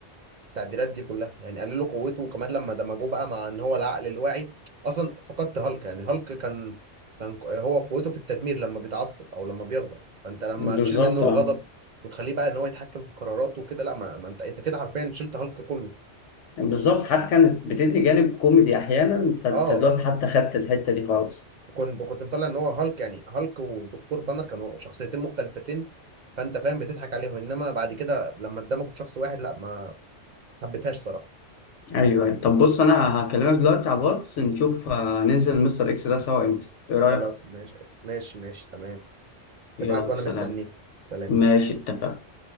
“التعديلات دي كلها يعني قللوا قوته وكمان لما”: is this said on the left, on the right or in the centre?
Right